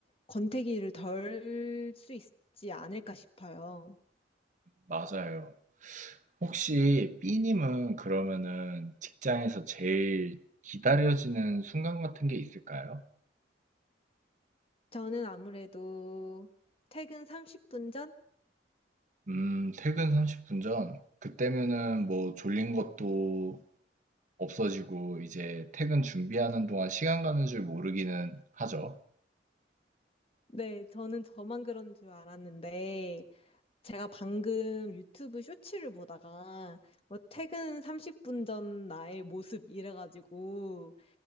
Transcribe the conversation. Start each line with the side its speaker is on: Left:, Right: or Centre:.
Left: 권태기를 덜 수 있지 않을까 싶어요.
Right: 맞아요. 혹시 B님은 그러면은 직장에서 제일 기다려지는 순간 같은 게 있을까요?
Left: 저는 아무래도 퇴근 30분 전?
Right: 음, 퇴근 30분 전. 그때면은 뭐 졸린 것도 없어지고 이제 퇴근 준비하는 동안 시간 가는 줄 모르기는 하죠.
Left: 네, 저는 저만 그런 줄 알았는데, 제가 방금 유튜브 쇼츠를 보다가 뭐 퇴근 30분 전 나의 모습 이래가지고